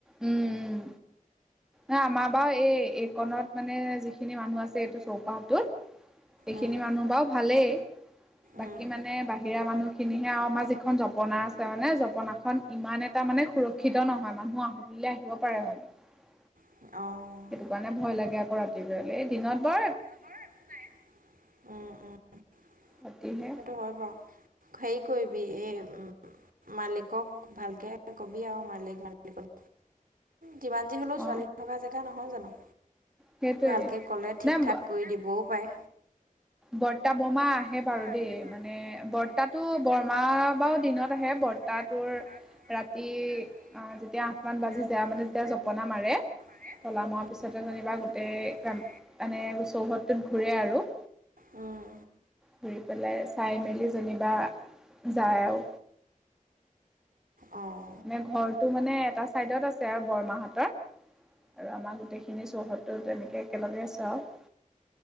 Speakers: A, in the centre; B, on the right.
A: উম উম, এই আমা বাৰু এই এইকনত মানে যিখিনি মানুহ আছে এইটো চৌপাহটোত এইখিনি
B: উম
A: মানুহ বাৰু ভালেই বাকী
B: উম
A: মানে বাহিৰা মানুহখিনিহে আৰু, আমাৰ যিখন জপনা আছে মানে জপনাখন ইমান এটা মানে সুৰক্ষিত নহয় মানুহ আহোঁ আহিব পাৰে মানে।
B: অঁ
A: সেইটো কাৰণে ভয় লাগে আকৌ ৰাতিপিয়লে দিনত বাৰ
B: নাই উ উ <unintelligible>
A: অতিনে <unintelligible>
B: সেইটো হয় বাৰু, হেৰি কৰিবি এই উ মালিকক ভালকে কবি আৰু মালিক মালিক যিমান যি হ'লেও
A: অ
B: ছোৱালী থকা জেগা নহয় জানো
A: সেইটোৱেই
B: ভালকৈ ক'লে ঠিক
A: নাই
B: ঠাক কৰি দিবওঁ পাৰে।
A: বৰ্তা বোমা
B: বৰ্তা
A: আহে
B: বমা
A: বাৰু
B: আহে
A: দেই
B: বাৰু
A: মানে
B: দেই মানে
A: বৰ্তাত তটো
B: বৰ্তাটো
A: বৰমা
B: বৰমা
A: বাও দিনত
B: বাৰু
A: আহে বৰ্তা
B: আহে
A: তোৰ
B: বৰ্তা তোৰ
A: ৰাতি
B: ৰাতি
A: যেতিয়া আঠ মান
B: এতিয়া
A: বাজি
B: আঠমান
A: যায়, মানে
B: বাজিলে
A: যেতিয়া জপনা মাৰে
B: আমাৰে
A: তলা মৰাৰ
B: এটা
A: পিছত যেনিবা গোটেই
B: চাইডত আছে
A: মানে চৌহদটোত ঘূৰে আৰু
B: উম
A: ঘুৰি পেলাই, চাই মেলি যেনিবা যায় আৰু
B: অঁ
A: মে ঘৰটো মানে এটা চাইডত আছে আৰু বৰমাহতৰ আৰু আমাৰ গোটেইখিনি সখিনি চৌহদটো তেনেকৈ একেলগে আ চ <unintelligible> আৰু